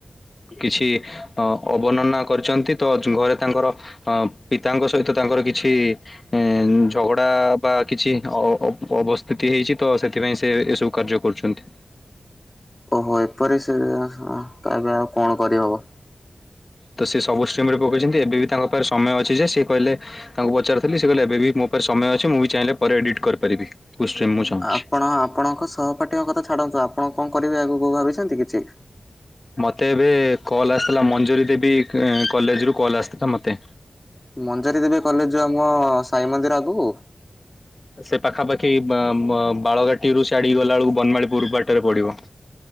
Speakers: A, on the left; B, on the left.
A: କିଛି- ଅ ଅବର୍ଣ୍ନା କରିଚନ୍ତି ତ, ଘରେ ତାଙ୍କର ଅ ପିତାଙ୍କ ସହିତ ତାଙ୍କର କିଛି ଏଁ, ଝଗଡ଼ା ବା କିଛି ଅ ଅବସ୍ଥିତି ହେଇଚି ତ, ସେଥିପାଇଁ ସେ ଏସବୁ କାର୍ଯ୍ୟ କରୁଚନ୍ତି।
B: ଓହୋ, ଏପରି ସେ, ହଁ ତା ଏବେ ଆଉ କଣ କରିହବ?
A: ତ ସିଏ ସବୁ ଷ୍ଟିମ୍ ରେ ପକେଇଚନ୍ତି, ଏବେ ବି ତାଙ୍କ ପାଖରେ ସମୟ ଅଛି ଯେ, ସିଏ କହିଲେ ତାଙ୍କୁ ପଚାରିଥିଲି, ସେ କହିଲେ ଏବେ ବି ମୋ ପାଖ ସମୟ ଅଛି, ମୁଁ ବି ଚାହିଁଲେ ପରେ ଏଡିଟ୍ କରିପାରିବି। ଚାହୁଁଛି।
B: ଆପଣ, ଆପଣଙ୍କ ସହପାଠୀଙ୍କ କଥା ଛାଡନ୍ତୁ, ଆପଣ କଣ କରିବେ ଆଗକୁ ଭାବିଚନ୍ତି କିଛି?
A: ମତେ ଏବେ କଲ୍ ଆସିଥିଲା, ମଞ୍ଜୁରୀ ଦେବୀ କଲେଜ ରୁ କଲ୍ ଆସିଥିଲା ମୋତେ।
B: ମଞ୍ଜାରୀ ଦେବୀ କଲେଜ, ଯୋଉ ଆମ ସାଇ ମନ୍ଦିର ଆଗକୁ?
A: ସେ ପାଖାପାଖି ବା ବ ବାଳଘାଟିରୁୁ ସିଆଡିକି ଗଲା ବେଳକୁ, ବନମାଳୀପୁର ବାଟରେ ପଡିବ।